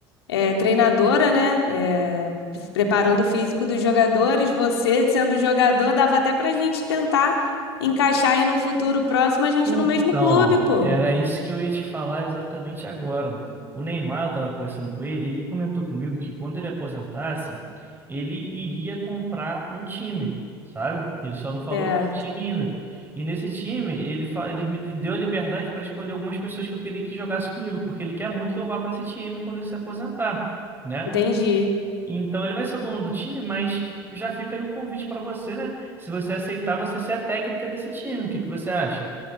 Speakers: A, on the left; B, on the right.
A: é, treinadora, né? é, preparando o físico dos jogadores, você sendo jogador, dava até pra gente tentar encaixar aí num futuro próximo a gente
B: Então,
A: no mesmo clube, pô.
B: era isso que eu ia te falar exatamente agora. O Neymar, eu estava conversando com ele, ele comentou comigo que quando ele aposentasse, ele iria comprar um time, sabe? Ele só não falou
A: Certo,
B: qual time ainda. E nesse time, ele, fa- ele me deu a liberdade para escolher algumas pessoas que eu queria que jogasse comigo, porque ele quer muito que eu vá para esse time quando ele se aposentar, né?
A: entendi.
B: Então, ele vai ser o dono do time, mas já fica aí o convite para você, né? Se você aceitar, você ser a técnica desse time. O que que você acha?